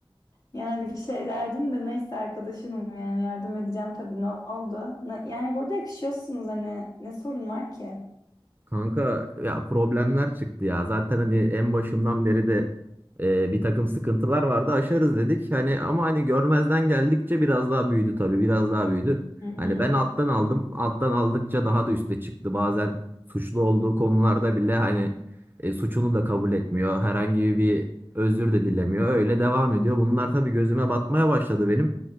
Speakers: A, on the left; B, on the right.
A: Yani bir şey derdim de neyse arkadaşınım yani yardım edeceğim tabii ne oldu? Ne- yani burada yakışıyorsunuz hani ne sorun var ki?
B: Kanka ya problemler çıktı ya. Zaten hani en başından beri de e, bir takım sıkıntılar vardı. Aşarız dedik. Hani ama hani görmezden geldikçe biraz daha büyüdü tabii. Biraz daha büyüdü.
A: Hı hı.
B: Hani ben alttan aldım. Alttan aldıkça daha da üste çıktı. Bazen suçlu olduğu konularda bile hani e, suçunu da kabul etmiyor. Herhangi bir özür de dilemiyor. Öyle devam ediyor. Bunlar tabii gözüme batmaya başladı benim.